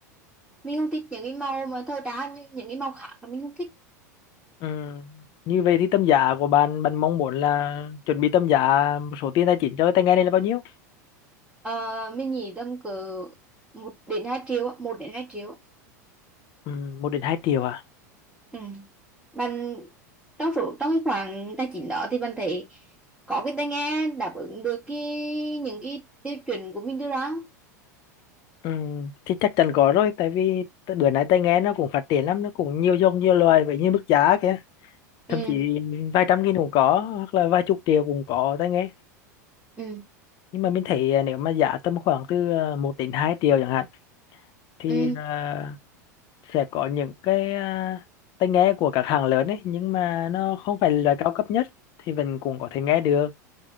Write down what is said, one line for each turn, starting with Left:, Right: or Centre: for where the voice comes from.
Centre: mình không thích những cái màu mà thời trang như những cái màu khác là mình không thích
Left: ừ. như vậy thì tầm giá của bạn bạn mong muốn là chuẩn bị tầm giá một số tiền tài chính cho cái tai nghe này là bao nhiêu
Centre: ờ, mình nghĩ tầm cỡ một đến hai triệu á, một đến hai triệu á.
Left: ừ, một đến hai triệu à
Centre: ừ. bạn trong số trong cái khoảng tài chính đó thì bạn thấy có cái tai nghe đáp ứng được cái những cái tiêu chuẩn của mình đưa ra không?
Left: ừ, thì chắc chắn có rồi tại vì t- bữa nay tai nghe nó cũng phát triển lắm nó cũng nhiều dòng nhiều loài vậy như mức giá kìa thậm
Centre: ừ
Left: chí vài trăm nghìn cũng có hoặc là vài chục triệu cũng có tai nghe
Centre: ừ
Left: nhưng mà mình thấy à, nếu mà giá tầm khoảng từ à, 1 đến 2 triệu chẳng hạn thì
Centre: ừ
Left: à, sẽ có những cái à, tai nghe của các hãng lớn ấy nhưng mà nó không phải là loại cao cấp nhất thì mình cũng có thể nghe được